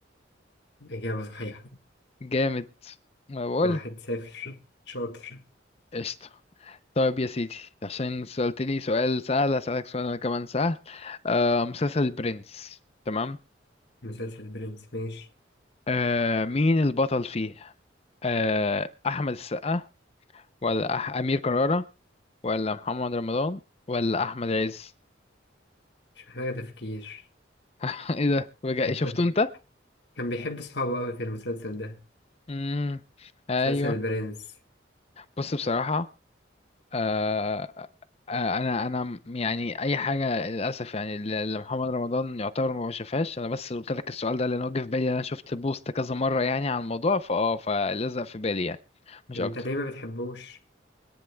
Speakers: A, on the left; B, on the left.
A: إجابة صحيحة
B: جامد ما بقول
A: واحد صفر شاطر
B: قشطة طيب يا سيدي عشان سألتني سؤال سهل هسألك سؤال أنا كمان سهل آه مسلسل البرنس تمام
A: مسلسل برنس ماشي
B: آه مين البطل فيه آه أحمد السقا ولا أح... أمير كرارة ولا محمد رمضان ولا أحمد عز
A: مش محتاج تفكير
B: <laughs> إيه ده بجد
A: <laughs>
B: شفته أنت؟
A: كان بيحب صحابه أوي في المسلسل ده
B: مم. أيوه
A: مسلسل البرنس
B: بص بصراحة آه، آه، انا انا م- يعني اي حاجه للاسف يعني اللي اللي محمد رمضان يعتبر ما بشوفهاش انا بس قلت لك السؤال ده لان هو جه في بالي انا شفت بوست كذا مره يعني عن الموضوع فاه فلزق في بالي يعني مش
A: انت
B: اكتر
A: ليه ما بتحبوش